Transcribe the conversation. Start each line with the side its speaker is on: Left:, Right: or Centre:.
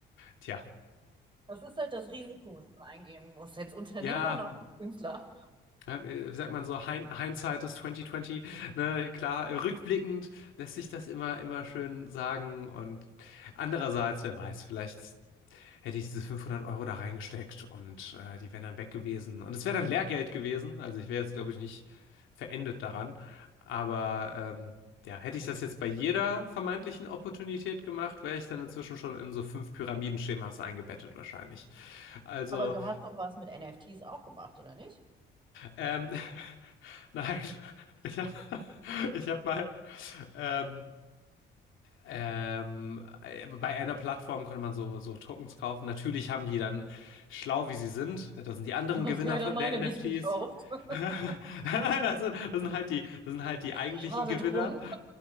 Left: Tja,
Right: Das ist halt das Risiko, was man eingehen muss, als Unternehmer
Left: ja.
Right: und auch als Künstler.
Left: äh, Wie sagt man so, Hindsight ist 2020, ne, klar, äh, rückblickend lässt sich das immer, immer schön sagen und andererseits, wer weiß, vielleicht hätte ich diese 500 Euro da reingesteckt und äh, die wären dann weg gewesen. Und es wäre dann Lehrgeld gewesen. Also ich wäre jetzt, glaube ich, nicht verendet daran. Aber ähm, ja, hätte ich das jetzt bei jeder vermeintlichen Opportunität gemacht, wäre ich dann inzwischen schon in so fünf Pyramidenschemas eingebettet wahrscheinlich. Also,
Right: Aber du hast doch was mit NFTs auch gemacht, oder nicht?
Left: ähm, <laughs> nein, ich habe <laughs> ich hab mal... Ähm, Ähm, äh, bei einer Plattform konnte man so, so Tokens kaufen. Natürlich haben die dann, schlau wie sie sind, das sind die anderen
Right: Du hast
Left: Gewinner
Right: leider
Left: von-
Right: meine
Left: der NFTs.
Right: nicht gekauft.
Left: <laughs> Nein,
Right: <laughs>
Left: das sind, das sind halt die, das sind halt die eigentlichen
Right: Schade
Left: Gewinner.
Right: drum.